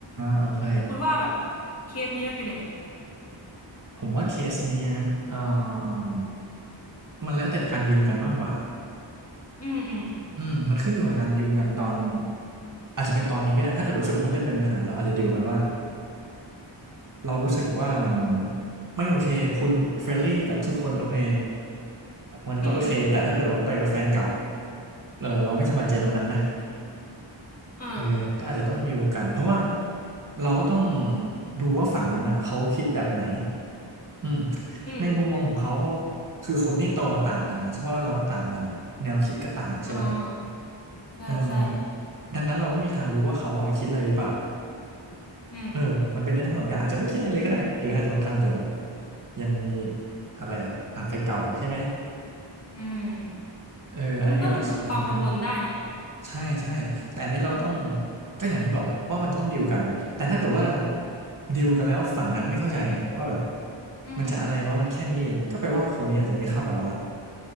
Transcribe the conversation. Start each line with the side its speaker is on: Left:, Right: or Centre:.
Right: โอเค
Left: คุณว่าแบบเคสนี้มันเป็นยังไง
Right: ผมว่าเคสนี้นะเอ่อมันแล้วแต่การดีลกันมากกว่า
Left: อืมอืม
Right: อืมมันขึ้นอยู่กับการดิวกันตอนอาจจะเป็นตอนนี้ก็ได้ถ้าเกิดรู้สึกว่ามันเริ่มเป็นปัญหาเราอาจจะดิวกันว่าเรารู้สึกว่ามันไม่โอเคคุณเฟรนลี่กับทุกคนโอเคมันก็โอเคแต่ถ้าเกิดว่าไปกับแฟนเก่า
Left: อืมอืม
Right: เออเราไม่สบายใจตรงนั้นนะ
Left: อ่า
Right: เออก็อาจจะต้องดิวกันเพราะว่าเราก็ต้องดูว่าฝั่งนั้นนะเขาคิดแบบไหนอืม
Left: อืม
Right: ในมุมมองของเขาเขาคือคนที่โตมาต่างกันนะสภาพแวดล้อมมันต่างกันนะแนวคิดก็ต่างใช่ปะ
Left: อ่าใช่ใช่
Right: เออดังนั้นเราไม่มีทางรู้ว่าเขาอ่ะคิดอะไรหรือเปล่า
Left: อืม
Right: เออมันเป็นได้ทั้งสองอย่างอาจจะไม่คิดอะไรเลยก็ได้หรืออาจจะบางครั้งอาจจะแบบยังมีอะไรอ่ะอ่านไฟเก่าใช่ไหม
Left: อืม
Right: เอออันนี้ก็อาจจะเป็นเรื่อง
Left: มันก็เป็นแบบความกังวลได้นะ
Right: ใช่ใช่แต่อันนี้เราต้อง
Left: อืม
Right: ก็อย่างที่บอกแหละว่ามันต้องดีลกันแต่ถ้าเกิดว่าดีลกันแล้วฝั่งนั้นไม่เข้าใจว่าแบบ
Left: อืม
Right: มันจะอะไรวะมันแค่นี้เองก็แปลว่าคนนี้อาจจะไม่เข้ากับเราละ